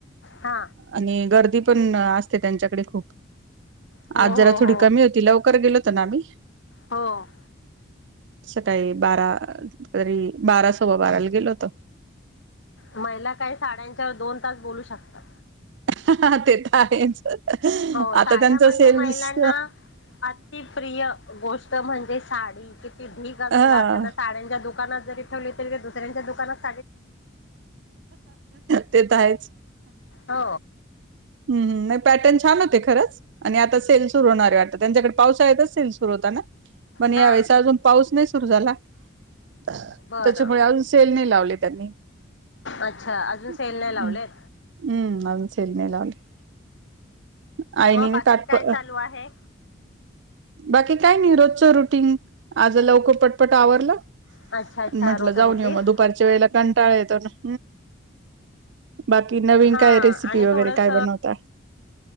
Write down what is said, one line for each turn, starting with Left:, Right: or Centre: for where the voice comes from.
Left: हा
Right: आणि <unintelligible> गर्दी <unintelligible> पण असते त्यांच्याकडे खूप
Left: हो
Right: आज जरा
Left: हो
Right: थोडी
Left: हो
Right: कमी होती लवकर गेलो होत ना आम्ही
Left: हो अ
Right: सकाळी बारा घरी बारा सोवा बाराला गेलो होतो
Left: महिला काय साड्यांच्यावर दोन तास बोलू शकतात
Right: हा <inaudible> ते तर आहेच
Left: हो
Right: आता
Left: साड्या
Right: त्यांचा
Left: म्हणजे
Right: सेल्स
Left: महिलांना अति प्रिय गोष्ट तर म्हणजे साडी किती ठिग असला
Right: हा
Left: त्यांना साड्यांच्या दुकानात जरी ठेवली तरीही दुसऱ्यांच्या दुकानात <unintelligible>
Right: ते <inaudible> तर आहेच
Left: हो
Right: हम्म नाही पॅटन <unintelligible> छान होते खरंच आणि आता सेल सुरू होणार वाटत त्यांच्याकडे पावसाळतच सेल सुरु होता ना पण या
Left: हा
Right: वेळे अजून पाऊस नाही सुरु झाला <inaudible>
Left: बरं
Right: त्याच्यामुळे अजून सेल नाही लावले त्यांनी म्
Left: अच्छा अजून
Right: हम्
Left: सेल नाही लावलेत
Right: अूनु सरी मलाले- <unintelligible> आयनीने
Left: मग बाकी
Right: ताटप
Left: काय चालू आहे
Right: बाकी काय नाही रोजच रुटीन आज लवकर पट पट आवरलं
Left: अच्छा अच्छा
Right: अन् म्हटलं
Left: रोज रुटीन
Right: जाऊन येऊ मग दुपारच्या वेळेला कंटाळा येतो ना. बाकी नवीन
Left: हा
Right: काय रेसिपी
Left: आणि
Right: वगैरे
Left: थोडस
Right: काय बनवता